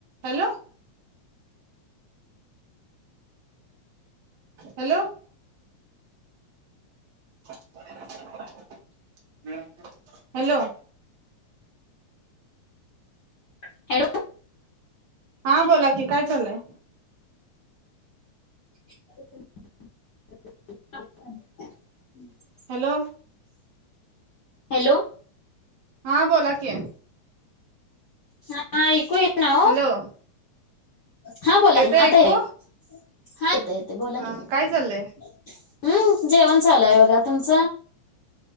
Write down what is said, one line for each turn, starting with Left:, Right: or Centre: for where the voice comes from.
Right: Hello. Hello. <inaudible> Hello.
Left: Hello
Right: हा बोला की काय चाललय?
Left: <inaudible>
Right: हॅलो.
Left: हॅलो.
Right: हा बोला की
Left: हा ऐकु ये ना हो.
Right: हॅलो.
Left: हा बोला
Right: येतय
Left: कि आताऐकु.
Right: ऐकू
Left: हा येत येते बोला
Right: हा
Left: कि, हम्म.
Right: काय चाललंय
Left: जेवण चालूय बघा. तुमच?